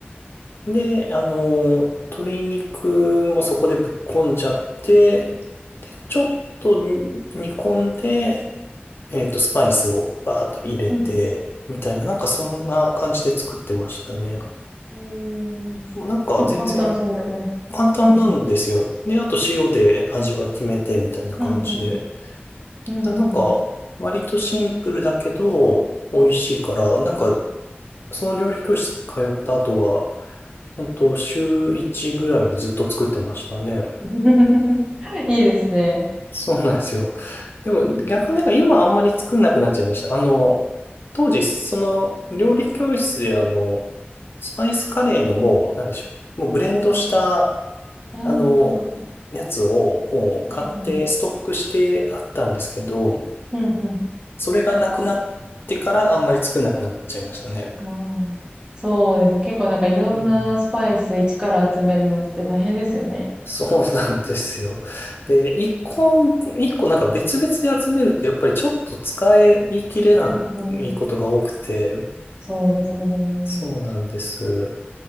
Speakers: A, on the left (about 65°); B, on the right (about 20°).
A: で、あの、鶏肉もそこでぶっこんじゃって、で、ちょっと煮込んで、えっと、スパイスをバーッと入れて、
B: うん、うん。うん
A: みたいな、なんかそんな感じで作ってましたね。で
B: うんえー、
A: もなんか全然
B: 結構簡単そうでね。
A: 簡単なんですよ。
B: うん、うん、
A: で、あと塩で味は決めてみたいな感じで。
B: うん、うん、うん、
A: ななんか、
B: うん。
A: 割とシンプルだけど、美味しいから、なんか、その料理教室通った後は、本当週1ぐらいでずっと作ってましたね。
B: うん <laughs> いいですね。
A: そうなんですよ。でも逆になんか今あんまり作んなくなっちゃいました。あの、当時その料理教室であの、スパイスカレーのもう、なんでしょう。もうブレンドした、
B: ああ、う
A: あの、
B: ん、
A: やつをもう買ってストックしてあったんですけど、
B: うん、うん、うん。
A: それがなくなってからあんまり作んなくなっちゃいましたね。
B: ああ、そうですね。結構なんかいろんなスパイス一から集めるのって大変ですよね。
A: うん。そうなんですよ。で、一個、一個なんか別々で集めるとやっぱりちょっと使い切れないことが多くて、
B: うんうん。そうですよね。
A: そうなんです。